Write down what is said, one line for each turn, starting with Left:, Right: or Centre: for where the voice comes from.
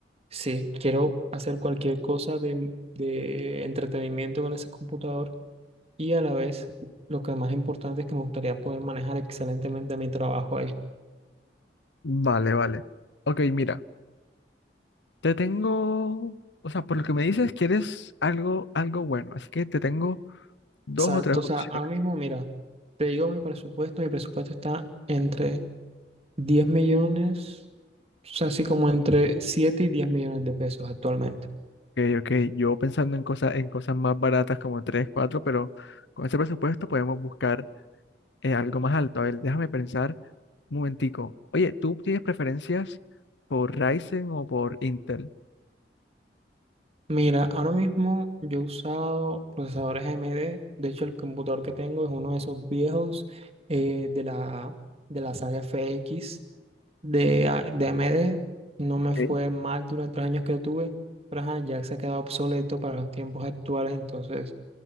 Right: sí, quiero hacer cualquier cosa de, de entretenimiento con ese computador y a la vez, lo que más importante es que me gustaría poder manejar excelentemente mi trabajo ahí.
Left: vale, vale. Ok, mira, te tengo, o sea, por lo que me dices, quieres algo, algo bueno, así que te tengo dos
Right: Exacto,
Left: o tres opciones.
Right: o sea, ahora mismo, mira, te digo mi presupuesto, mi presupuesto está entre 10 millones, o sea, así como entre 7 y 10 millones de pesos actualmente.
Left: Ok, ok, yo pensando en cosas, en cosas más baratas como tres, cuatro, pero con ese presupuesto podemos buscar eh, algo más alto. A ver, déjame pensar. Un momentico. Oye, ¿tú tienes preferencias por Ryzen o por Intel?
Right: Mira, ahora mismo yo he usado procesadores AMD, de hecho el computador que tengo es uno de esos viejos eh, de la, de la saga FX de, A- de AMD, no me
Left: Ok.
Right: fue mal durante los años que lo tuve, pero ajá, ya se ha quedado obsoleto para los tiempos actuales, entonces